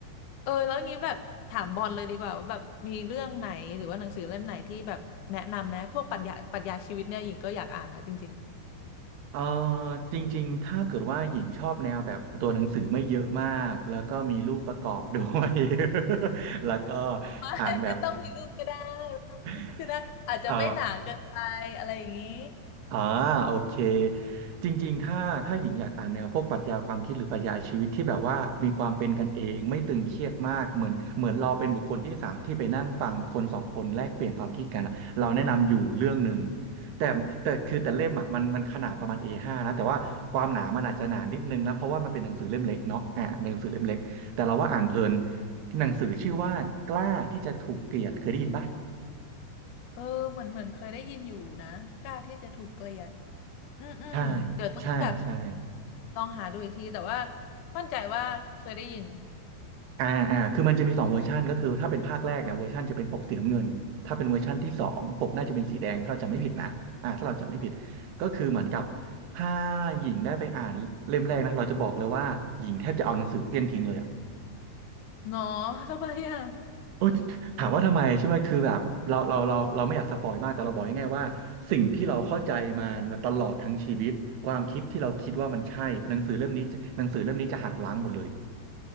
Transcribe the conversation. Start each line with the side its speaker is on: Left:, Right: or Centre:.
Left: เออแล้วงี้แบบถามบอลเลยดีกว่าว่าแบบมีเรื่องไหนหรือว่าหนังสือเล่มไหนที่แบบแนะนำไหมพวกปรัชญาปรัชญาชีวิตเนี่ยหญิงก็อยากอ่านนะจริง
Right: เออจริงๆ ถ้าเกิดว่าหญิงชอบแนวแบบตัวหนังสือไม่เยอะมากแล้วก็มีรูปประกอบด้วย <laughs> แล้วก็
Left: ๆ <laughs>
Right: อ่านแบบ
Left: ไม่ไม่ต้องมีรูปก็ได้ไม่ต้องมีรูปก็ได้
Right: <laughs>
Left: <laughs> อาจจะไม่หนาเกินไปอะไรอย่างนี้
Right: เออ อ่าโอเคจริงๆถ้าถ้าหญิงอยากอ่านแนวพวกปรัชญาความคิดหรือปรัชญาชีวิตที่แบบว่ามีความเป็นกันเองไม่ตึงเครียดมากเหมือนเหมือนเราเป็นบุคคลที่สามที่ไปนั่งฟังคนสองคนแลกเปลี่ยนความคิดกันอะเราแนะนำอยู่เรื่องหนึ่ง
Left: <laughs> อืม
Right: แต่แต่คือแต่เล่มอ่ะมันมันขนาดประมาณ A5 นะแต่ว่าความหนามันอาจจะหนานิดนึงนะเพราะว่ามันเป็นหนังสือเล่มเล็กเนาะอ่าเป็นหนังสือเล่มเล็กแต่เราว่าอ่านเพลิน
Left: อืม
Right: หนังสือชื่อว่ากล้าที่จะถูกเกลียดเคยได้ยินปะ
Left: เออเหมือนเหมือนเคยได้ยินอยู่นะกล้าที่จะถูกเกลียดอืมอืมเดี๋ยวต้องแบบ
Right: ใช่ใช่ใช่
Left: ลองหาดูอีกทีแต่ว่ามั่นใจว่าเคยได้ยิน
Right: อ่าอ่าคือมันจะมีสองเวอร์ชันก็คือถ้าเป็นภาคแรกเนี่ยเวอร์ชันจะเป็นปกสีน้ำเงินถ้าเป็นเวอร์ชันที่สองปกน่าจะเป็นสีแดงถ้าเราจำไม่ผิดนะอ่าถ้าเราจำไม่ผิดก็คือเหมือนกับถ้า
Left: <laughs>
Right: หญิงได้ไปอ่านเล่มแรกนะเราจะบอกเลยว่าหญิงแทบจะเอาหนังสือเลี่ยงทิ้งเลยอะ
Left: เนาะทำไมอ่ะ
Right: โอ้ยถามว่าทำไมใช่ไหมคือแบบเราเราเราเราไม่อยากสปอยมากแต่เราบอกง่ายๆว่าสิ่งที่เราเข้าใจมาตลอดทั้งชีวิตความคิดที่เราคิดว่ามันใช่หนังสือเล่มนี้หนังสือเล่มนี้จะหักล้างหมดเลย